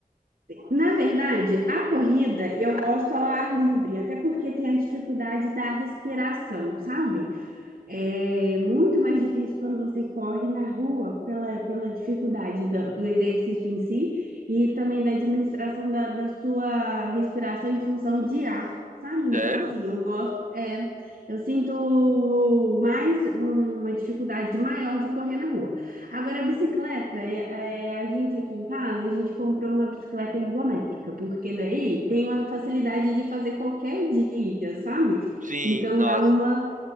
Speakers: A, on the right; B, on the right.
A: Na verdade, a corrida eu gosto ao ar livre, até porque tem a dificuldade da respiração, sabe? É muito mais difícil quando você corre na rua pela, pela dificuldade da- do exercício em si e também da administração da, da sua respiração em função de ar, sabe? Então,
B: Sério?
A: assim, eu gosto, é, eu sinto mais uma dificuldade maior de correr na rua. Agora, a bicicleta, é, é, a gente aqui em casa, a gente comprou uma bicicleta ergométrica, porque daí tem uma facilidade de fazer qualquer dia, sabe?
B: Sim,
A: Então,
B: nossa.
A: dá uma